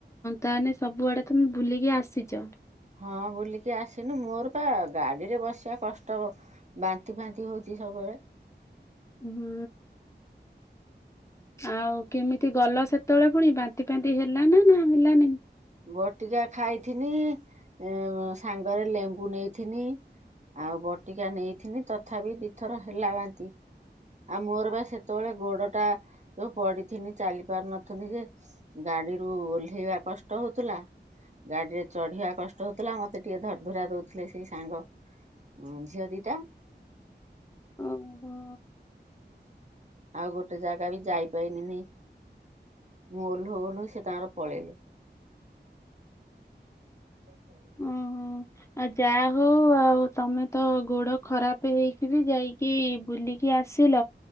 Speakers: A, on the left (about 15°); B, on the right (about 40°).
A: ତାମାନେ ସବୁଆଡେ ତମେ ବୁଲିକି ଆସିଛ।
B: ହଁ ବୁଲିକି ଆସିନୁ ମୋରପା ଗାଡ଼ିରେ ବସିବା କଷ୍ଟ ବାନ୍ତି ଫାନ୍ତି ହଉଛି ସବୁବେଳେ।
A: ହୁଁ। ଆଉ କେମିତି ଗଲ ସେତେବେଳେ ପୁଣି ବାନ୍ତି ଫାନ୍ତି ହେଲାନା ନା ହେଲାନି।
B: ବଟିକା ଖାଇଥିନି ଏଁ ସାଙ୍ଗରେ ଲେମ୍ବୁ ନେଇଥିନି। ଆଉ ବଟିକା ନେଇଥିନି ତଥାପି ଦି ଥର ହେଲା ବାନ୍ତି। ଆଉ ମୋରବା ସେତେବେଳେ ଗୋଡଟା ଯୋଉ ପଡିଥିନି ଚାଲି ପାରୁନଥିଲି ଯେ ଗାଡିରୁୁ ଓହ୍ଲେଇବା କ କଷ୍ଟ ହଉଥିଲା ଗାଡିରେ ଚଢିବା କଷ୍ଟ ହଉଥିଲା ମତେ ଟିକେ ଧରି ଧୁରା ଦଉଥିଲେ ସେଇ ସାଙ୍ଗ। ହୁଁ ଝିଅ ଦିଟା।
A: ଓହୋ।
B: ଆଉ ଗୋଟେ ଜାଗା ବି ଯାଇପାଇଲିନି, ମୁଁ ଓହ୍ଲୋଉ ଓହ୍ଲୋଉ ସେ ତାଙ୍କର ପଳେଇଲେ। <unintelligible>
A: ଅ ହ ଆଉ ଯାହା ହଉ ଆଉ ତମେ ତ ଗୋଡ ଖରାପ ହେଇକିବି ଯାଇକି ବୁଲିକି ଆସିଲ,